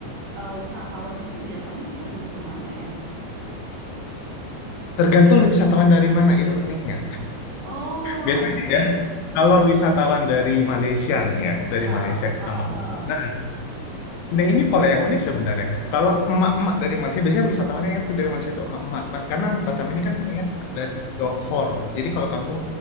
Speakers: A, on the right; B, on the left.
A: eh, wisatawan itu biasanya dia lebih kemana ya?
B: Tergantung nih wisatawan dari mana itu uniknya.
A: Oh,
B: Biasanya
A: oke.
B: ya, kalau wisatawan dari Malaysia nih ya, dari
A: Heeh,
B: Malaysia kita
A: heeh,
B: ngomong.
A: heeh.
B: Nah, nah ini pola yang unik sebenarnya. Kalau emak-emak dari Malaysia, biasanya wisatawannya itu dari Malaysia itu emak-emak. Ma- Karena Batam ini kan polanya dari Johor. Jadi kalau kamu